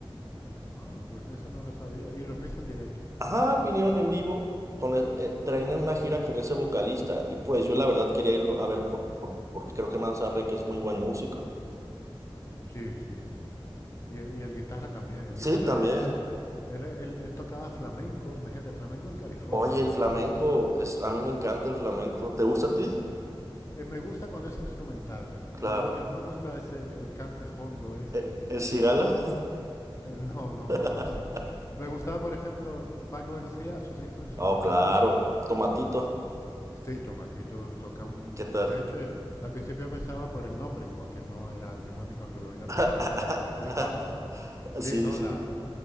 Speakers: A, on the left; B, on the right.
A: Ah, pues eso no lo sabía. Y los viste en directo.
B: Ajá, vinieron en vivo, con, e- eh, traían una gira con ese vocalista, y pues yo la verdad quería irlo a ver, por, por- porque creo que Manzarre, que es muy buen músico.
A: Sí, sí. Y, y el guitarra también. El
B: Sí,
A: guitarra,
B: también.
A: de hecho, él, él- él tocaba flamenco. Imagínate, flamenco en California.
B: Oye, el
A: Es,
B: flamenco,
A: es-
B: es, a mí me encanta el flamenco. ¿Te gusta a ti?
A: eh, me gusta cuando es instrumental.
B: Claro.
A: Eh, lo que no me gusta es el, el cante hondo ese
B: ¿E-
A: que...
B: ¿El cigala?
A: eh, no, no
B: <laughs>
A: me gusta. Me gustaba, por ejemplo, Paco de Lucía, sus discos instrumentales.
B: Oh, claro, pa- tomatito,
A: Sí, Tomatito toca un...
B: ¿qué tal?
A: De hecho, yo- al principio pensaba por el nombre, como que no era alguien bueno, y cuando lo oí la
B: <laughs>
A: primera vez me quedé flipando. Sí,
B: Sí,
A: no,
B: sí.
A: la,